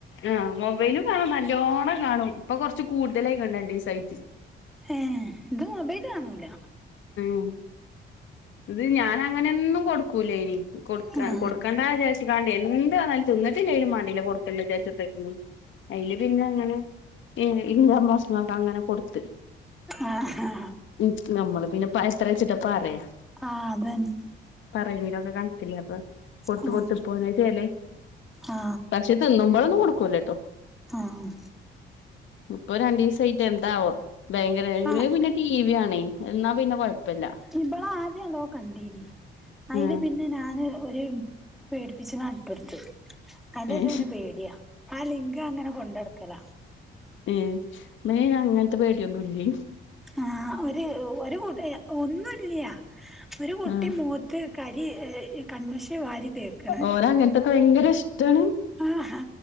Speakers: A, on the left; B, in the centre.
A: ആഹ് മൊബൈല കാണും നല്ലോണം കാണും ഇപ്പൊ കൊറച്ച് കൂടുതലായികണ് രണ്ടീസായിറ്റ്. സൈറ്റില്
B: ഏഹ് ഇത് മൊബൈല് കാണൂല.
A: ഉം ഇത് ഞാനങ്ങനൊന്നും കൊടുക്കൂലയ്നി. കൊടുക്കാ
B: ആ
A: കൊടുക്കേണ്ടാ ചായിച്ചിക്കാണ്ടേ എന്ത്‌ വന്നാലും തിന്നിട്ടില്ലെങ്കലും മാണ്ടില്ല കൊടുക്ക ണ്ടായ്ച് ത്തിരിക്കുക്കും. അയില് പിന്നെ ഇങ്ങനെ ഇൻ ഇമ്മമ്മ സ്റ്റ് ക് അങ്ങനെ കൊടുത്ത്.
B: ആ ആ
A: ഉം നമ്മള് പിന്നെ പ എത്ര വെച്ചിട്ട് പറയാ.
B: ആഹ് അതന്നെ.
A: പറവലൊക്കെ കാണത്തില്ലേ അപ്പൊ കൊത്തു
B: ആ
A: കൊത്ത പോന്നച്ചല്ലേ
B: ആ
A: പശേ. തിന്നുമ്പളൊന്നും കൊടുക്കൂലട്ടോ.
B: ആഹ്.
A: ഇപ്പൊ രണ്ടീസായിട്ട് എന്താവോ ഭയങ്കര
B: ആ
A: പിന്നെ ടി വി ആണെ എന്നാ പിന്നെ കൊഴപ്പല്ല.
B: ഇബള ആദ്യല്ലോ കണ്ടീനി അയില്
A: ഉം
B: പിന്നെ ഞാന് ഒര്. പേടിപ്പിച്ച ന നട്ടൊട്ത്തു അയിന്റെഷം
A: ഉം
B: പിന്നെ പേഡ്യാ ആ ലിംഗ അങ്ങനെ കൊണ്ടടക്ക് കല.
A: ഏഹ് മേ അങ്ങനത്തെ പേഡിയൊന്നൂല്യെ.
B: ആഹ് ഒര് ഒര് കുട്ടി ഒന്നൂല്യാ ഒരു കുട്ടി
A: ഉം
B: മൂ ത്ത് കരി കൺമശിയ വാരി തേക്ണ്.
A: ഓന് അങ്ങനത്തൊക്കെ ഭയങ്കര ഇഷ്ടാണ്
B: ആഹ്